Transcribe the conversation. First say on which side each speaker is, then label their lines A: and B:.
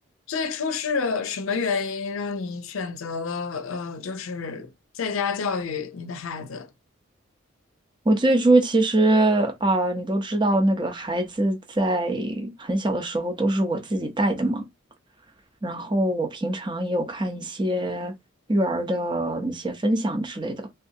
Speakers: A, on the left; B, on the right.
A: 最初是什么原因让你选择了呃，就是在家教育你的孩子？
B: 我最初其实啊、你都知道，那个孩子在很小的时候都是我自己带的嘛。然后我平常也有看一些育儿的那些分享之类的。